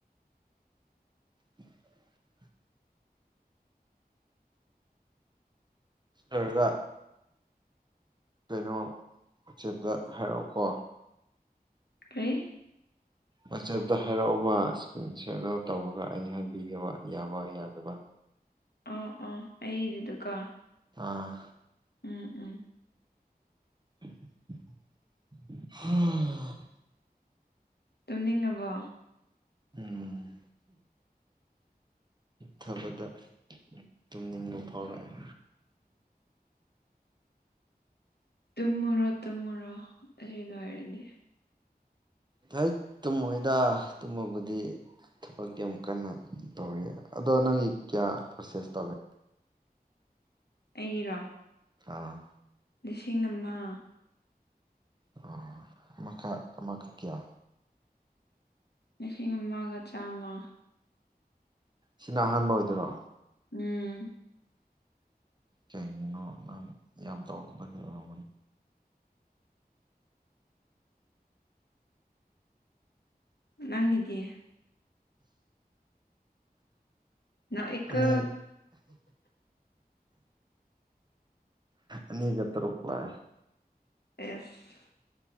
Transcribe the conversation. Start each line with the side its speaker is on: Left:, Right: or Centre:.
Right: <unintelligible> ꯑꯗꯨꯒ ꯀꯩꯅꯣ ꯋꯥꯆꯦꯞꯇ ꯍꯥꯏꯔꯛꯑꯣꯀꯣ
Left: ꯀꯩ
Right: ꯋꯥꯆꯦꯞꯇ ꯍꯥꯏꯔꯛꯎꯕ ꯏꯁꯀ꯭ꯔꯤꯟ ꯁꯦꯌꯥꯔꯗ ꯇꯧꯔꯒ ꯑꯩ ꯍꯥꯏꯕꯤꯒꯦꯕ ꯌꯥꯕ ꯌꯥꯗꯕ
Left: ꯑꯥ ꯑꯥ ꯑꯩꯗꯨꯗꯨꯀ
Right: ꯑꯥ
Left: ꯎꯝ ꯎꯝ
Right: ꯑ <inaudible>
Left: ꯇꯨꯝꯅꯤꯡꯉꯕꯣ
Right: ꯎꯝ ꯊꯕꯗ ꯇꯨꯝꯅꯤꯡꯕ ꯐꯥꯎꯔꯛꯑꯦ
Left: ꯇꯨꯝꯃꯨꯔꯣ ꯇꯨꯝꯃꯨꯔꯣ ꯑꯁꯤ ꯂꯣꯏꯔꯗꯤ
Right: ꯍ ꯇꯨꯝꯃꯣꯏꯗ ꯇꯨꯝꯃꯕꯨꯗꯤ ꯊꯕꯛꯀꯤ ꯑꯃꯨꯛ ꯀꯟꯅ ꯇꯧꯔꯤ ꯑꯗꯣ ꯅꯪꯒꯤ ꯀꯌꯥ ꯄ꯭ꯔꯣꯁꯦꯁ ꯇꯧꯒꯦ
Left: ꯑꯩꯒꯤꯔꯣ
Right: ꯑꯥ
Left: ꯂꯤꯁꯤꯡ ꯑꯃ
Right: ꯑꯣ ꯑꯃꯛ ꯑꯃꯈꯛ ꯀꯌꯥ
Left: ꯂꯤꯁꯤꯡ ꯑꯃꯒ ꯆꯥꯝꯃ
Right: ꯁꯤꯅ ꯑꯍꯥꯟꯕ ꯑꯣꯏꯗꯣꯏꯔꯣ
Left: ꯎꯝ
Right: ꯀꯩꯒꯤꯅꯣ ꯅꯪ ꯌꯥꯝ ꯇꯧꯗ ꯐꯒꯤ ꯑꯣꯏꯃꯅꯤ
Left: ꯅꯪꯒꯤꯗꯤ ꯅꯣꯛꯑꯦꯀꯣ
Right: ꯑꯅꯤ ꯑꯅꯤꯒ ꯇꯔꯨꯄꯂ
Left: ꯑꯦꯁ